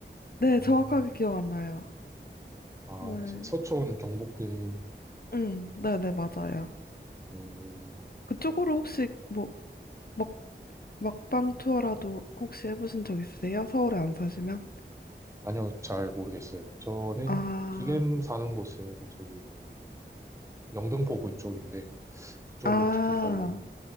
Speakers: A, on the left; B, on the right.
A: 네,
B: 아,
A: 정확하게 기억 안 나요.
B: 아,
A: 네,
B: 서- 서촌 경복궁이면은,
A: 응, 네, 네, 맞아요.
B: 음,
A: 그쪽으로 혹시 뭐, 먹, 먹방 투어라도 혹시 해보신 적 있으세요? 서울에 안 사시면?
B: 아니요, 잘 모르겠어요. 저는
A: 아,
B: 지금 사는 곳은 저기 영등포구 이쪽인데, 그쪽으로
A: 아,
B: 특히 갈,